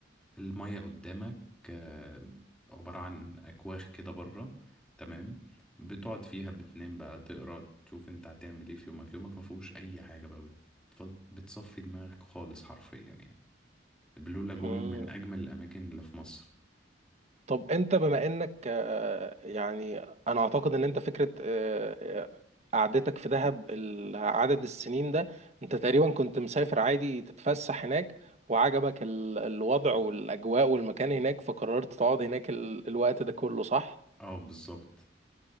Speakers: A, in the centre; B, on the right (about 35°).
A: المية قدامك آه، عبارة عن أكواخ كده بره تمام بتقعد فيها بتنام بقى تقرا تشوف انت هتعمل ايه في يومك يومك ما فيهوش أي حاجة بقى بتف- بتصفي دماغك خالص حرفيا يعني البلو لاجون
B: مم.
A: من أجمل الأماكن اللي في مصر
B: طب انت بما انك آه، يعني انا اعتقد ان انت فكره آه، آه، قعدتك في دهب ال- عدد السنين ده انت تقريبا كنت مسافر عادي تتفسح هناك وعجبك ال- الوضع والاجواء والمكان هناك فقررت تقعد هناك ال- الوقت ده كله صح؟
A: اه بالظبط